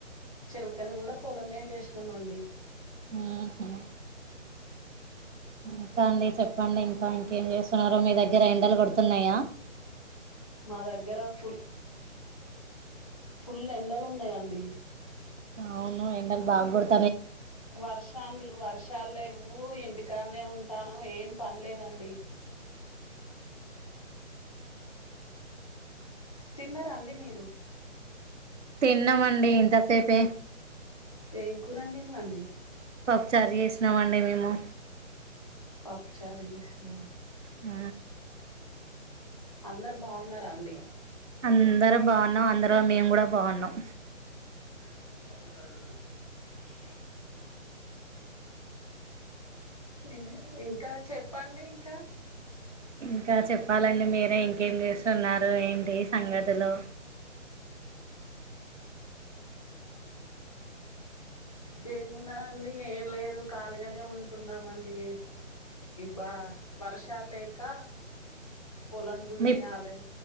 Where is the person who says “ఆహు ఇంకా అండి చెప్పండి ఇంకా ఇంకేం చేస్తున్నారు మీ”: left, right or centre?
Right